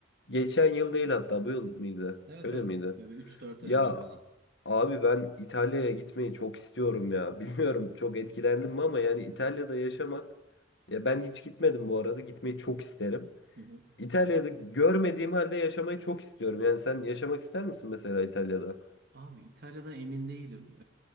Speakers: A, on the left (about 65°); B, on the right (about 60°).
A: Geçen yıl değil hatta bu yıl mıydı?
B: Evet
A: Öyle
B: evet.
A: miydi?
B: Böyle üç dört
A: Ya
B: ay önce falan.
A: abi ben İtalya'ya gitmeyi çok istiyorum ya. <laughs> Bilmiyorum çok etkilendim mi ama yani İtalya'da yaşamak ya ben hiç gitmedim bu arada. Gitmeyi çok isterim.
B: Hı hı.
A: İtalya'da görmediğim halde yaşamayı çok istiyorum. Yani sen yaşamak ister misin mesela İtalya'da?
B: Abi İtalya'da emin değilim.